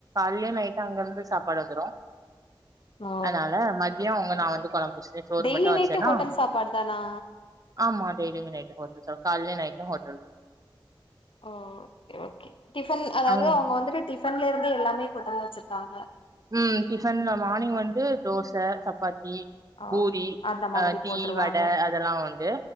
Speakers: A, on the right (about 40°); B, on the left (about 85°).
A: குள்ளையு நைட்டு அங்கருந்து சாப்பாடு வந்துரு
B: ஓ
A: அதனால மதியோ அவங்க நா வந்து கொழம்பு வச்சுட்டு சோறு
B: டெய்லி
A: மட்டு வச்சேன்னா
B: நைட்டு ஹோட்டல் சாப்பாடு தானா
A: ஆமா டெய்லி நைட்டு ஹோட்டல் சாப் காலயு night hot
B: oh okay okay tiffin அதாவது
A: அங்க
B: அவங்க வந்துட்டு டிஃபன்லேருந்து எல்லாமே ஹோட்டல் வச்சிருக்காங்க
A: ம் டிஃபன்ல மார்னிங் வந்து தோச சப்பாத்தி
B: ஓ
A: பூரி
B: அந்த மாதிரி
A: அ டீ
B: போட்ருவாங்க
A: வடை அதெல்லா உண்டு